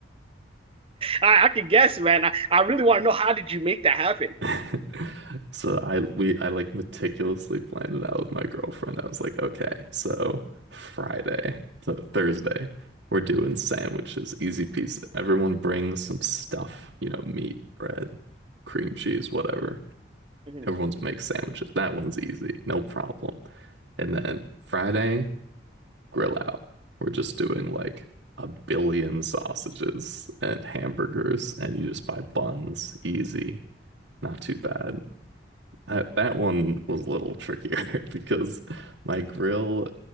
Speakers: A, on the right; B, on the right.
A: I, I can guess, man. I, I really want to know how did you make that happen?
B: <laughs> So I we I like meticulously planned it out with my girlfriend. I was like, okay, so Friday, so Thursday, we're doing sandwiches, easy peasy. Everyone brings some stuff, you know, meat, bread, cream cheese, whatever.
A: Mhm.
B: Everyone's makes sandwiches. That one's easy, no problem. And then Friday, grill out. We're just doing like a billion sausages and hamburgers, and you just buy buns, easy, not too bad. I, that one was a little trickier <laughs> because my grill